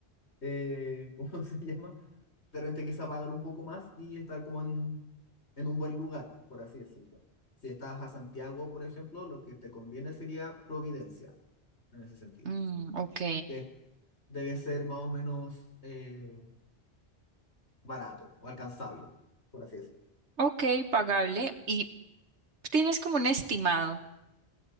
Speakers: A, on the left; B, on the right.
A: eh, <laughs> ¿cómo se llama? Pero repente quizá pagar un poco más y estar como en, en un buen lugar, por así decirlo. Si estás a Santiago, por ejemplo, lo que te conviene sería Providencia, en ese sentido,
B: mm, ok.
A: que debe ser más o menos eh, barato o alcanzable, por así decirlo.
B: Ok, pagable. ¿Y Tienes como un estimado.